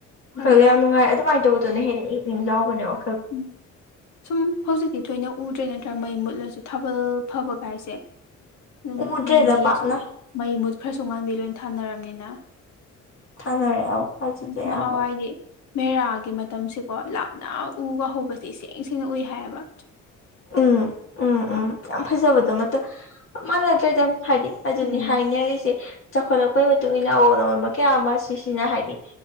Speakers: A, on the left; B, on the left.
A: ꯋꯥꯈꯜꯗ
B: ꯑꯗꯩ
A: ꯌꯥꯝ ꯅꯨꯡꯉꯥꯏ ꯑꯗꯨꯃꯥꯏꯅ ꯇꯧꯕꯗꯨꯅ ꯍꯦꯟꯅ ꯏꯛ ꯏ ꯂꯥꯎꯒꯅꯦ ꯑꯣ
B: ꯎꯝ ꯁꯨꯝ ꯍꯧꯖꯤꯛ ꯁꯤꯗꯤ ꯊꯣꯏꯅ ꯎꯗ꯭ꯔꯦ ꯅꯠꯇ꯭ꯔꯥ ꯃꯩ ꯃꯨꯠꯂꯁꯨ ꯊꯥꯕꯜ ꯐꯕ ꯀꯥꯏꯁꯦ ꯑꯗꯨꯝ
A: ꯎꯗ꯭ꯔꯦꯗ
B: ꯃꯩꯁꯨ
A: ꯄꯥꯛꯅ
B: ꯃꯩ ꯃꯨꯠ ꯈ꯭ꯔꯁꯨ ꯉꯥꯡꯕꯤ ꯂꯣꯏ ꯊꯥꯅꯔꯕꯅꯤꯅ
A: ꯊꯥꯡꯅꯔꯦ ꯑꯥꯎ ꯐꯖꯤꯗꯦ
B: ꯅꯍꯥꯟꯋꯥꯏꯗꯤ
A: ꯍꯝꯕ
B: ꯃꯦꯔꯥꯒꯤ ꯃꯇꯝꯁꯤꯀꯣ ꯂꯥꯞꯅ ꯎꯒ ꯍꯧꯕꯁ ꯏꯁꯦꯡ ꯁꯦꯡꯅ ꯎꯏ ꯍꯥꯏꯌꯦꯕ
A: ꯎꯝ ꯎꯝ
B: ꯑ
A: ꯎꯝ ꯌꯥꯝ ꯐꯖꯕꯗꯣ ꯃꯞ ꯃꯥꯟꯅꯗ꯭ꯔꯦꯗ ꯍꯥꯏꯗꯤ ꯑꯗꯨꯅꯤ
B: ꯎꯝ
A: ꯍꯥꯏꯅꯔꯤꯁꯦ ꯆꯥꯎꯈꯠꯂꯛꯄꯩ ꯃꯇꯨꯡ ꯏꯟꯅ ꯑꯑꯣꯟ ꯑꯣꯣꯟꯕ ꯀꯌꯥ ꯑꯃ ꯁꯤꯁꯤꯅ ꯍꯥꯏꯗꯤ